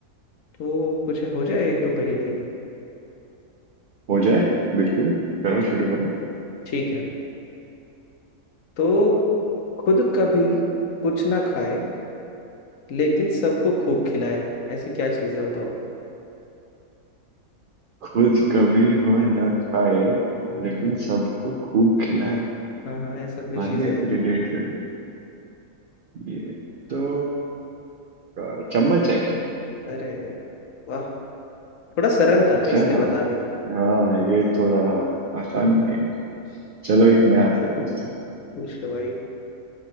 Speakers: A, on the left; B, on the right.
A: तो कुछ हो जाए एक दो पहेलियाँ
B: हो जाए बिल्कुल करो
A: चल
B: शुरू करो
A: ठीक है तो खुद कभी कुछ ना खाए लेकिन सबको खूब खिलाए ऐसी क्या चीज़ है बताओ
B: खुद कभी वह न खाए
A: हम्म
B: लेकिन सबको खूब खिलाए
A: हाँ हाँ ऐसा कोई
B: खाने
A: चीज़ है
B: से रिलेटेड है ये तो अ, चम्मच है क्या
A: अरे यार वाह थोड़ा सरल था
B: अच्छा
A: ना इसलिए बता दिया
B: हाँ ये थोड़ा आसान
A: <laughs>
B: था ये चलो एक मैं आपसे पूछता हूँ
A: पूछ लो भाई